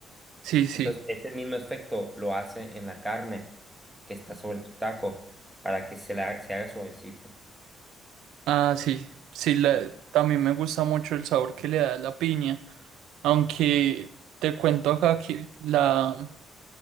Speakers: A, on the right; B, in the centre.
A: sí, sí.
B: Entonces, este mismo efecto lo hace en la carne que está sobre tu taco para que se, la, se haga suavecita.
A: Ah, sí, sí, la,
B: En-
A: también me gusta mucho el sabor que le da la piña, aunque te cuento acá que la,